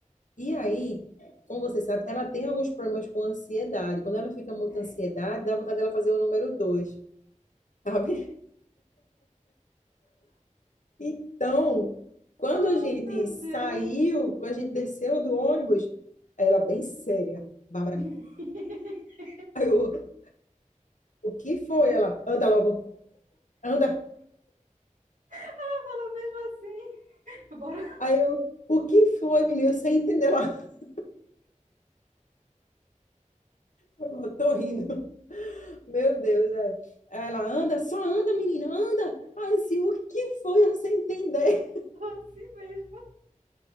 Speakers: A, on the left (about 70°); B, on the right (about 85°).
A: E aí, como você sabe, ela tem alguns problemas com ansiedade. Quando ela fica muito
B: é.
A: ansiedade, dá vontade dela fazer o número dois, sabe? Então, quando
B: Ai,
A: a gente
B: meu
A: saiu,
B: Deus.
A: quando a gente desceu do ônibus, aí ela bem séria, Bárbara.
B: <laughs>
A: Aí eu, o que foi? Ela, anda logo, anda.
B: Ela falou mesmo assim. Bora
A: Aí eu, o que foi, menina? Sem entender lá. <laughs> Eu tô rindo. Meu Deus, é. Aí ela, anda, só anda, menina, anda. Aí eu, assim, o que foi? Eu sem entender.
B: falar assim mesmo.